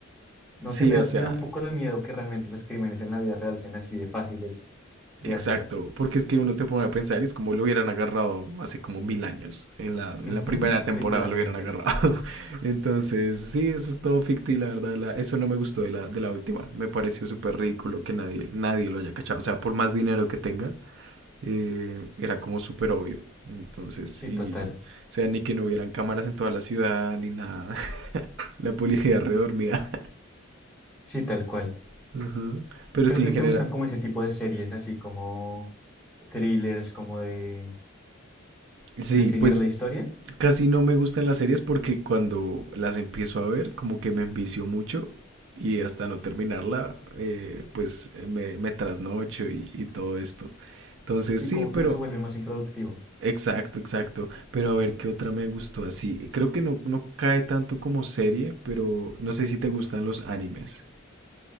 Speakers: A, in the centre; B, on the right.
A: no
B: Sí,
A: sé, me,
B: o
A: da-
B: sea,
A: me da un poco de miedo que realmente los crímenes en la vida real sean así de fáciles de
B: Exacto,
A: hacer.
B: porque es que uno te pone a pensar y es como lo hubieran agarrado hace como mil años, en la,
A: Ujú,
B: en la primera temporada
A: literalmente.
B: lo hubieran agarrado. <laughs> Entonces, sí, eso es todo ficti, la verdad, la, eso no me gustó de la, de la última, me pareció súper ridículo que nadie, nadie lo haya cachado, o sea, por más dinero que tenga, eh, era como súper obvio. Entonces,
A: Sí,
B: y,
A: total.
B: o sea, ni que no hubieran cámaras en toda la ciudad, ni nada, <laughs> la policía redormida.
A: Sí, tal cual.
B: <laughs> Ujú. Pero
A: Pero
B: sí,
A: entonces
B: en general.
A: te gustan como ese tipo de series, así como thrillers, como de,
B: Sí,
A: de seguir
B: pues
A: la historia,
B: casi no me gustan las series porque cuando las empiezo a ver, como que me envicio mucho y hasta no terminarla, eh, pues eh, me, me trasnocho y, y todo esto. Entonces,
A: sí,
B: sí,
A: como
B: pero
A: que uno se vuelve más improductivo.
B: exacto, exacto. Pero a ver, ¿qué otra me gustó así? Creo que no, no cae tanto como serie, pero no sé si te gustan los animes.